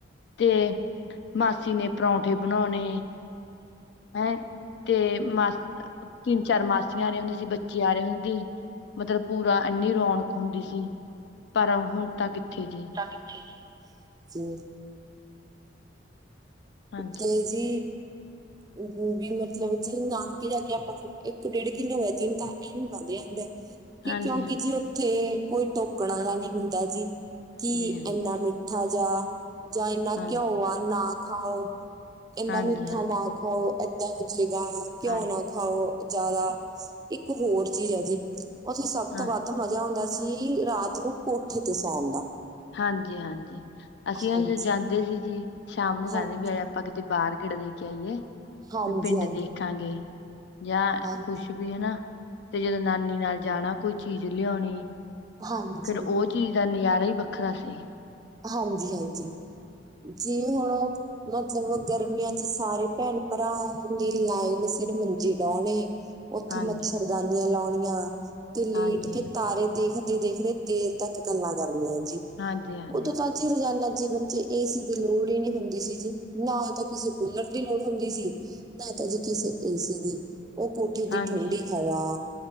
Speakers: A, on the left (about 60°); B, on the right (about 20°).
A: ਤੇ ਮਾਸੀ ਨੇ ਪਰੌਂਠੇ ਬਣਾਉਣੇ ਹੈਂ। ਤੇ ਮਾਸ ਤਿੰਨ ਚਾਰ ਮਾਸੀਆਂ ਆ ਰਹੀਆਂ ਹੁੰਦੀਆਂ ਸੀ, ਬੱਚੇ ਆ ਰਹੇ ਹੁੰਦੇ ਤੀ ਮਤਲਬ ਪੂਰਾ ਇੰਨੀ ਰੌਣਕ ਹੁੰਦੀ ਸੀ, ਪਰ ਹੁਣ ਤਾਂ ਕਿੱਥੇ ਜੀ।
B: ਕਿੱਥੇ ਹੈ <unintelligible>
A: ਹਾਂਜੀ
B: ਕੇ ਜੀ ਵੀ ਮਤਲਬ ਜੀ ਨਾਨਕੇ ਜਾ ਕੇ ਆਪਣਾ ਇੱਕ ਡੇਢ ਕਿਲੋ ਵਜਨ ਤਾਂ ਇਹ ਵੀ ਵੱਧ ਜਾਂਦਾ। ਕਿ
A: ਹਾਂਜੀ
B: ਕਿਉਂਕਿ
A: ਹਾਂਜੀ
B: ਜੀ ਉੱਥੇ ਕੋਈ ਟੋਕਣ ਆਲਾ ਨੀ ਹੁੰਦਾ, ਜੀ ਕਿ
A: ਹਾਂਜੀ
B: ਇਨਾ ਮ ਮਿੱਠਾ ਜਾ ਜਾਂ ਇੰਨਾ
A: ਹਾਂਜੀ
B: ਘਿਓ ਆ ਨਾ ਖਾਓ ਇੰਨਾ
A: ਹਾਂਜੀ
B: ਮਿੱਠਾ
A: ਹਾਂਜੀ
B: ਨਾ ਖਾਓ ਏਦਾਂ ਹੋ ਜਾਏਗਾ, ਘਿਉਂ
A: ਹਾਂਜੀ
B: ਨਾ ਖਾਓ ਜਿਆਦਾ ਇੱਕ ਹੋਰ ਚੀਜ਼ ਹੈ ਜੀ। ਉੱਥੇ ਸਭ
A: ਹਾਂ
B: ਤੋਂ ਵੱਧ ਮਜ਼ਾ ਹੁੰਦਾ ਸੀ, ਰਾਤ ਨੂੰ ਕੋਠੇ ਤੇ ਸੌਉਣ ਦਾ।
A: ਹਾਂਜੀ ਹਾਂਜੀ ਅਸੀਂ
B: ਹਾਂਜੀ
A: ਜਦੋਂ ਜਾਂਦੇ ਸੀ, ਜੀ ਸ਼ਾਮ ਨੂੰ ਕਹਿੰਦੇ
B: ਹਾਂਜੀ
A: ਵੀ ਆ ਜਾ। ਆਪਾਂ ਕਿਤੇ ਬਾਹਰ ਗੇੜਾ ਦੇ ਕੇ ਆਈਏ
B: ਹਾਂਜੀ
A: ਵੀ ਪਿੰਡ
B: ਹਾਂਜੀ
A: ਦੇਖਾਂਗੇ, ਜਾਂ
B: ਹਾਂਜੀ
A: ਕੁਛ ਵੀ ਹੈਨਾ ਤੇ ਜਦੋਂ ਨਾਨੀ ਨਾਲ ਜਾਣਾ ਕੋਈ ਚੀਜ਼ ਲਿਆਉਣੀ।
B: ਹਾਂਜੀ
A: ਫੇਰ ਉਹ ਚੀਜ਼ ਦਾ ਨਜ਼ਾਰਾ ਹੀ ਵੱਖਰਾ ਸੀ।
B: ਹਾਂਜੀ-ਹਾਂਜੀ, ਜੀ ਹੁਣ ਮਤਲਬ ਗਰਮੀਆਂ ਚ ਸਾਰੇ ਭੈਣ ਭਰਾ ਦੀ ਲਾਈਨ ਸਿਰ ਮੰਜੀੇ ਡਾਉਣੀ ਉੱਥੇ
A: ਹਾਂਜੀ।
B: ਮੱਛਰ ਦਾਨੀਆਂ ਲਾਉਣੀਆਂ ਤੇ ਲੇਟ
A: ਹਾਂਜੀ,
B: ਕੇ ਤਾਰੇ, ਦੇਖਦੇ ਦੇਖਦੇ ਦੇਰ ਤੱਕ ਗੱਲਾਂ ਕਰਨੀਆਂ ਜੀ।
A: ਹਾਂਜੀ ਹਾਂ,
B: ਉਹਦੋਂ ਤਾਂ ਜੀ ਰੋਜ਼ਾਨਾ ਜੀਵਨ ਚ, ਏ ਸੀ ਦੀ ਲੋੜ ਹੀ ਨਹੀਂ ਹੁੰਦੀ ਸੀ ਜੀ ਨਾ ਤਾਂ ਕਿਸੇ ਕੂਲਰ ਦੀ ਲੋੜ ਹੁੰਦੀ ਸੀ। ਨਾਤਾ ਜੀ ਕਿਸੇ ਏ ਸੀ ਦੀ, ਉਹ ਕੋਠੇ
A: ਹਾਂਜੀ,
B: ਦੀ ਠੰਡੀ ਹਵਾ